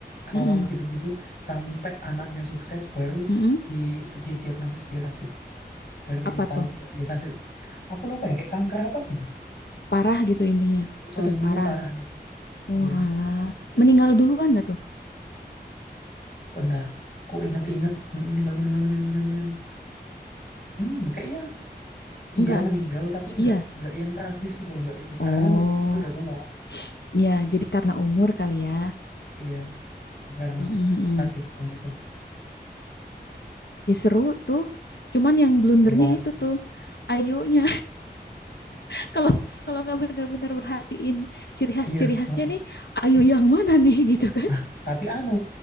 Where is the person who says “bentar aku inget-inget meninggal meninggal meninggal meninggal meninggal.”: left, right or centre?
Left